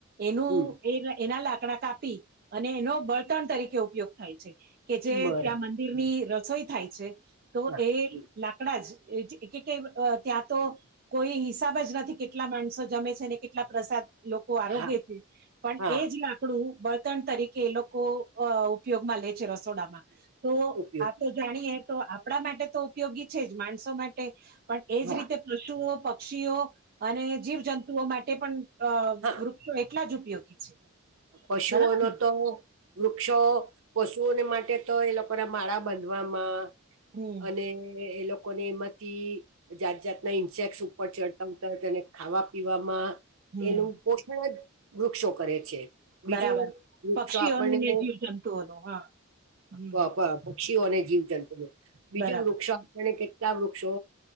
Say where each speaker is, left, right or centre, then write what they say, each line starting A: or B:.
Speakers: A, on the right; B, on the right.
A: એનું
B: હમ
A: એ એના લાકડા કાપી અને એનો બળતણ તરીકે ઉપયોગ થાય છે કે જે
B: બરાબર
A: ત્યાં મંદિર
B: હમ
A: ની રસોઈ થાય છે તો
B: હા
A: એ
B: હમ
A: લાકડા જ કે ત્યાં તો કોઈ હિસાબ જ નથી કેટલા માણસો જમે છે ને કેટલા પ્રસાદ લોકો આરોગ્ય
B: હા
A: છે પણ
B: હા
A: એ જ લાકડું બળતણ તરીકે તો ઉપયોગમાં લે છે રસોડામાં તો
B: ઉપયોગ
A: આ તો જાણીએ તો આપણા માટે તો ઉપયોગી છે જ માણસો માટે પણ એજ
B: હા
A: રીતે પશુઓ પક્ષીઓ અને જીવ જંતુઓ માટે પણ અ
B: હા
A: વૃક્ષો એટલા જ ઉપયોગી છે.
B: હા પશુઓ
A: બરાબર
B: નો
A: ને
B: તો વૃક્ષો પશુઓને માટે તો એ લોકોને માળા બાંધવામાં
A: હમ
B: અને એ લોક લોકોને એમાંથી જાત જાતના ઇન્સેક ઉપર ચડતા હોતા તેને ખાવા પીવામાં
A: હમ
B: એનું પોષણ જ વૃક્ષો કરે છે બીજું
A: બરાબર
B: વૃક્ષો
A: પક્ષીઓનું
B: આપણને
A: ને
B: <unintelligible>
A: જીવ જંતુઓનું હા હમ
B: હા પક્ષીઓ અને જીવ જંતુઓ બીજું
A: બરાબર
B: વૃક્ષો આપણને કેટલા વૃક્ષો